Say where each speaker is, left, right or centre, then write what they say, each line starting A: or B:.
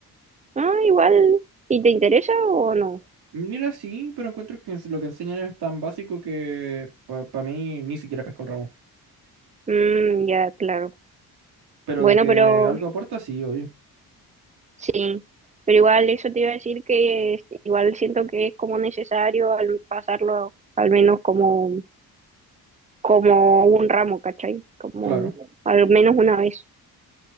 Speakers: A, on the right (about 20°); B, on the right (about 80°).
A: Ah, igual. ¿Y te interesa o no?
B: Mira, sí, pero encuentro que ens- lo que enseñan es tan básico que para mí ni siquiera pesco el ramo.
A: Mm, ya, claro.
B: Pero
A: Bueno,
B: de que
A: pero
B: algo aporta, sí, oye.
A: sí. Pero igual eso te iba a decir que es- igual siento que es como necesario al pasarlo al menos como como un ramo, ¿cachai? Como
B: Claro,
A: un- al menos una vez.